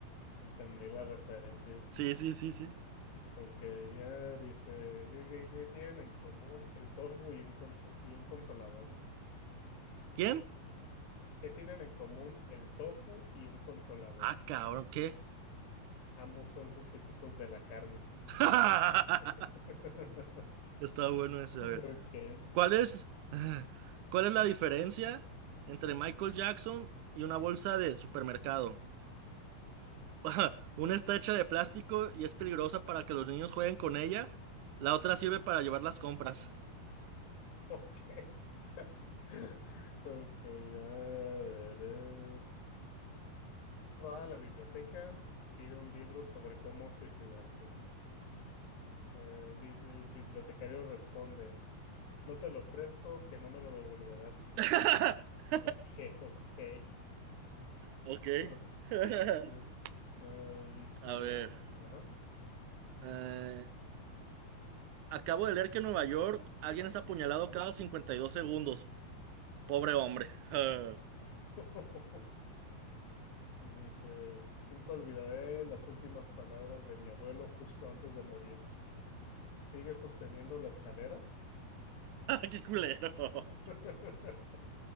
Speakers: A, on the left; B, on the right.
A: Entendí la referencia.
B: Sí, sí, sí, sí.
A: Ok, ya dice, ¿qué, qué- qué tienen en común el tofu y un, conso- y un consolador?
B: ¿Quién?
A: ¿Qué tienen en común el tofu y un consolador?
B: Ah, cabrón, ¿qué?
A: Ambos son sustitutos de la carne.
B: <laughs>
A: <laughs>
B: Está bueno ese, a ver.
A: Ok.
B: ¿Cuál es, <laughs> cuál es la diferencia entre Michael Jackson y una bolsa de supermercado? <laughs> Una está hecha de plástico y es peligrosa para que los niños jueguen con ella. La otra sirve para llevar las compras.
A: Ok. <laughs> Ok, a ver. eh. Va a la biblioteca y pide un libro sobre cómo suicidarse. Eh, li- el bibliotecario responde, no te lo presto, que no me lo devolverás.
B: <laughs>
A: Ok, ok.
B: Ok.
A: <laughs>
B: <laughs>
A: Ah, ah, ah, dice,
B: A ver.
A: ajá.
B: eh, acabo de leer que en Nueva York alguien es apuñalado cada 52 segundos. Pobre hombre. <laughs>
A: <laughs> Y dice, nunca olvidaré las últimas palabras de mi abuelo justo antes de morir. ¿Sigue sosteniendo la escalera?
B: Qué culero.
A: <laughs>